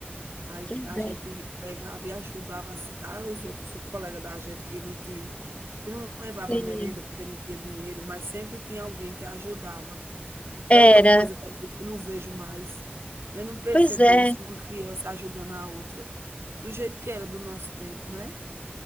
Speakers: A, on the right; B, on the left.
A: Aí
B: Pois
A: a gente
B: é,
A: pegava e ajudava as aos outros, o colega da gente que não tinha que não levava
B: sim.
A: merenda porque não tinha dinheiro, mas sempre tinha alguém que ajudava.
B: Era.
A: É outra coisa também que eu não vejo mais. Eu não percebo
B: Pois é.
A: isso, uma criança ajudando a outra, do jeito que era do nosso tempo, né.